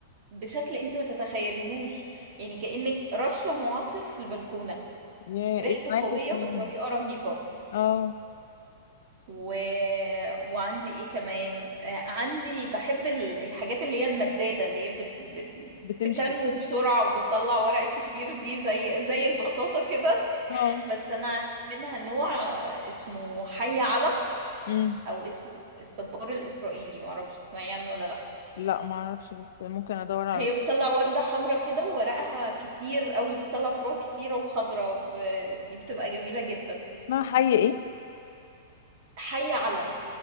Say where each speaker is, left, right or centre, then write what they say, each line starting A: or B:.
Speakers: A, on the right; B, on the left.
A: بشكل انتي ما تتخيليهوش يعني كأنك رشة معطر في البلكونة
B: يا
A: ريحته
B: ايه ماسك
A: قوية
B: منه
A: بطريقة رهيبة
B: اه
A: و... وعندي ايه كمان آه، عندي بحب ال- الحاجات اللي هي المدادة اللي هي بت... بت...
B: بتمشي
A: بتنمو بسرعة وبتطلع ورق كتير دي زي زي البطاطا كده
B: اه
A: <laughs> بس انا عندي منها نوع آه، اسمه حي علم
B: امم
A: او اسمه الصبار الإسرائيلي معرفش تسمعي عنه ولا لا
B: لا ما اعرفش بس ممكن ادور على
A: هي بتطلع وردة حمرا كده وورقها كتير قوي بتطلع فروع كتيرة وخضرة ب... دي بتبقى جميلة جدا
B: اسمها حي ايه
A: حي علم